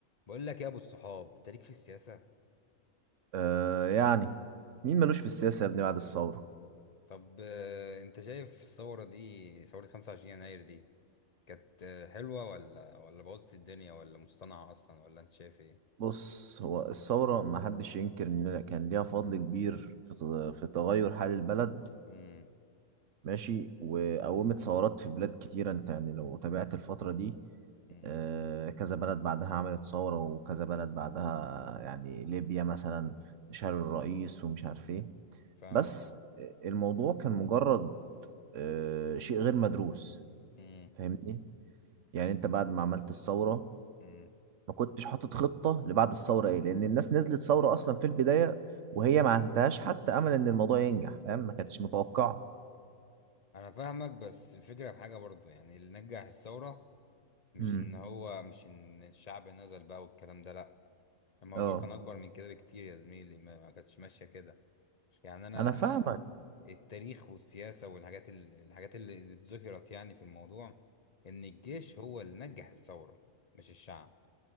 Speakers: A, on the left; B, on the right.
A: بقول لك يا ابو الصحاب انت ليك في السياسه
B: آه يعني مين ملوش في السياسة يا ابني بعد الثورة
A: طب آه، انت شايف الثوره دي ثوره 25 يناير دي كانت آه، حلوه ولا ولا بوظت الدنيا ولا مصطنعه اصلا ولا انت شايف ايه
B: بص هو الثورة ما حدش ينكر إن كان ليها فضل كبير في ت- في تغير حال البلد
A: امم
B: ماشي وقومت ثورات في بلاد كتيرة أنت يعني لو تابعت الفترة دي
A: امم
B: آه، كذا بلد بعدها عملت ثورة وكذا بلد بعدها يعني ليبيا مثلا شال الرئيس ومش عارف إيه
A: فاهمك
B: بس
A: اه
B: الموضوع كان مجرد آه، شيء غير مدروس
A: امم
B: فاهمني يعني انت بعد ما عملت الثورة
A: امم
B: ما كنتش حاطط خطة لبعد الثورة ايه لان الناس نزلت ثورة اصلا في البداية وهي ما عندهاش حتى امل ان الموضوع ينجح فاهم ما كانتش متوقعة
A: انا فاهمك بس الفكره في حاجه برضو يعني اللي نجح الثوره مش
B: امم
A: ان هو مش ان الشعب نزل بقى والكلام ده لا الموضوع
B: اه
A: كان اكبر من كده بكتير يا زميلي ما ما كانتش ماشيه كده يعني انا
B: انا فاهمك
A: انا التاريخ والسياسه والحاجات ال- الحاجات اللي اللي اتذكرت يعني في الموضوع ان الجيش هو اللي نجح الثوره مش الشعب